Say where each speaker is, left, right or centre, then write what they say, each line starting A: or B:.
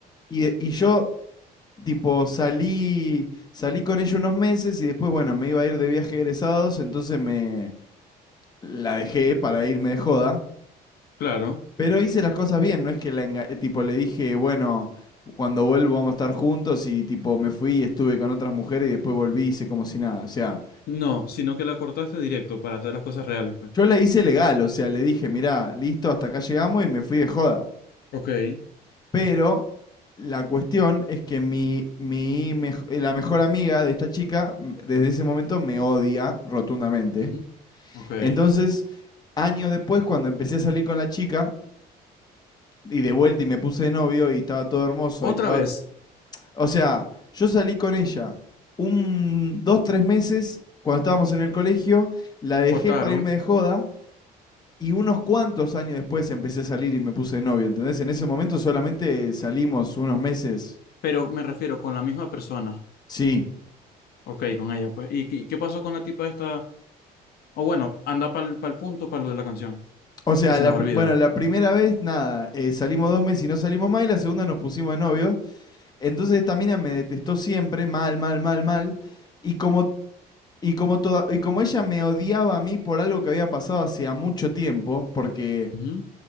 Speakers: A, on the left; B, on the left.
A: y, y yo, tipo, salí, salí con ella unos meses y después, bueno, me iba a ir de viaje egresados, entonces me la dejé para irme de joda.
B: claro,
A: Pero hice las cosas bien, no es que la enga- eh, tipo le dije, bueno, cuando vuelvo vamos a estar juntos y tipo me fui y estuve con otras mujeres y después volví y hice como si nada. O sea,
B: no, sino que la cortaste directo para hacer las cosas reales, pues.
A: yo la hice legal, o sea, le dije, mirá, listo, hasta acá llegamos y me fui de joda.
B: Ok.
A: Pero la cuestión es que mi, mi mej- eh, la mejor amiga de esta chica mm, desde ese momento me odia rotundamente.
B: Mm, Ok.
A: Entonces, años después, cuando empecé a salir con la chica y de vuelta y me puse de novio y estaba todo hermoso
B: Otra
A: y estaba
B: vez
A: O sea, yo salí con ella un, dos, tres meses cuando estábamos en el colegio, la dejé
B: cortaron,
A: para irme de joda y unos cuantos años después empecé a salir y me puse de novio, ¿entendés? En ese momento solamente salimos unos meses.
B: pero me refiero con la misma persona.
A: Sí.
B: Ok, con ella, pues. ¿Y qué, qué pasó con la tipa esta? O bueno, anda para el punto, para lo de la canción,
A: O sea,
B: que se
A: la
B: nos
A: pr-
B: olvida.
A: bueno, la primera vez, nada, eh, salimos dos meses y no salimos más, y la segunda nos pusimos de novio. Entonces esta mina me detestó siempre, mal, mal, mal, mal. Y como, y como, toda- y como ella me odiaba a mí por algo que había pasado hace mucho tiempo, porque
B: Ujú,